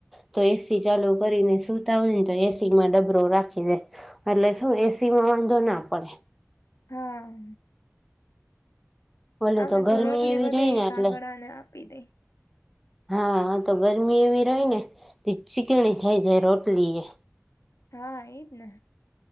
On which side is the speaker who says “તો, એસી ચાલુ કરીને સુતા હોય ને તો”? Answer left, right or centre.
Centre